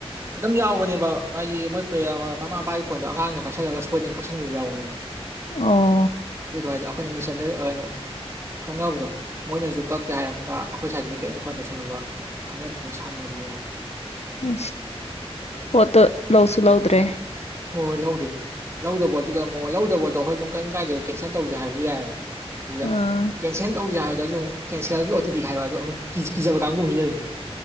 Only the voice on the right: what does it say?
ꯑꯗꯨꯝ ꯌꯥꯎꯕꯅꯦꯕ ꯃꯥꯗꯤ ꯃꯣꯏ ꯄꯦ ꯃꯃꯥ ꯃꯄꯥꯒꯤ ꯐꯣꯟꯗꯣ ꯑꯉꯥꯡꯅ ꯄꯥꯏꯁꯜꯂꯒ ꯁꯣꯏꯗꯅ ꯀꯛꯁꯟꯈꯤꯕ ꯌꯥꯎꯕꯅꯦꯕ ꯑ
ꯑꯗꯨꯗꯣ ꯍꯥꯏꯗꯤ ꯑꯩꯈꯣꯏꯅ ꯃꯤꯁꯟꯗ ꯀꯩꯅꯣ ꯊꯣꯡꯅꯕꯗꯣ ꯃꯣꯏꯅꯁꯨ ꯀꯛꯇꯦ ꯍꯥꯏꯔꯔꯕꯄ ꯑꯩꯈꯣꯏ ꯁꯥꯏꯗꯗꯤ ꯀꯔꯤꯩꯅ ꯐꯣꯟ ꯇꯧꯁꯜꯂꯨꯕ ꯈꯪꯅꯗꯅ ꯁꯥꯎꯅꯕꯁꯨ ꯌꯥꯎꯋꯤ
ꯍꯣꯏ ꯍꯣꯏ ꯂꯧꯗꯦ ꯂꯧꯗ ꯄꯣꯠꯇꯨꯗ ꯑꯃꯨꯛ ꯂꯧꯗ ꯄꯣꯠꯇꯣ ꯑꯩꯈꯣꯏ ꯁꯨꯝ ꯀꯔꯤꯝ ꯀꯥꯏꯗꯦꯕ ꯀꯦꯟꯁꯦꯜ ꯇꯧꯁꯦ ꯍꯥꯏꯔꯁꯨ ꯌꯥꯏꯑꯕ ꯑꯗꯨꯗ
ꯀꯦꯟꯁꯦꯟ ꯇꯧꯁꯦ ꯍꯥꯏꯕꯗꯁꯨ ꯑꯃꯨꯛ ꯀꯦꯟꯁꯦꯜꯒꯤ ꯑꯣ ꯇꯤ ꯄꯤ ꯍꯥꯏꯔꯣ ꯑ ꯑꯃ ꯀꯤꯖꯕ ꯀꯥꯡꯒꯨꯝꯕꯁꯨ ꯂꯩꯕꯗꯣ